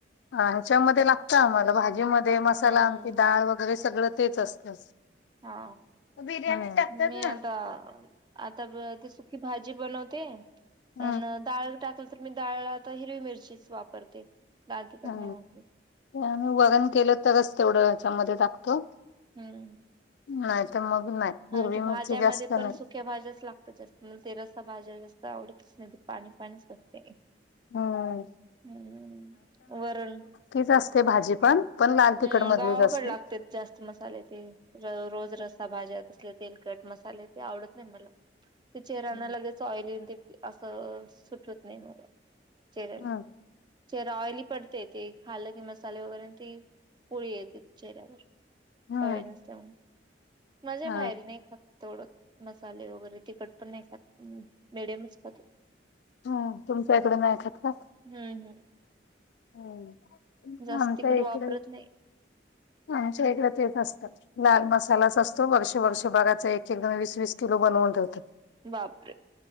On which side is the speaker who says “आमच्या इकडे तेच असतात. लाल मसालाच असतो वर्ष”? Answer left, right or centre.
Left